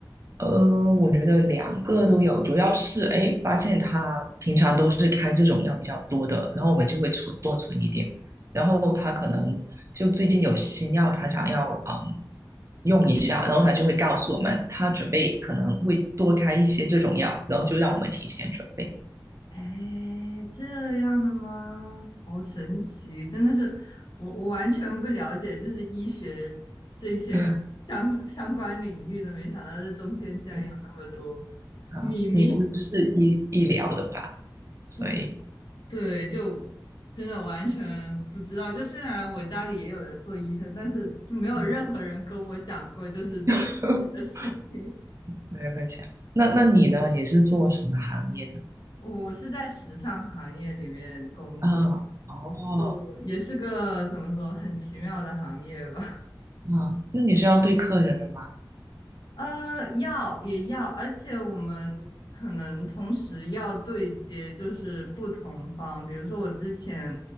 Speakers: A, on the right; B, on the left.
A: 呃，我觉得两个都有，主要是哎，发现他平常都是开这种药比较多的，然后我们就会存多存一点，然后他可能就最近有新药，他想要嗯用一下，然后他就会告诉我们，他准备可能会多开一些这种药，然后就让我们提前准备。
B: 哎，这样的吗？好神奇，真的是我我完全不了解，就是医学这些相相关领域的，
A: <laughs>
B: 没想到这中间竟然有那么多
A: 嗯啊，
B: 秘密。
A: 你不是医医疗的吧？
B: <laughs>
A: 所以
B: 对对，就真的完全不知道。就虽然我家里也有人做医生，但是就没有任何人跟我讲过就是这方面的事情。
A: 嗯，<laughs> 没有分享。那那你呢？你是做什么行业的？
B: 我是在时尚行业里面工作，
A: 啊，哦。
B: 就也是个怎么说很奇妙的行业吧。
A: 啊，那你是要对客人的吗？
B: 呃，要也要，而且我们可能同时要对接，就是不同方。比如说，我之前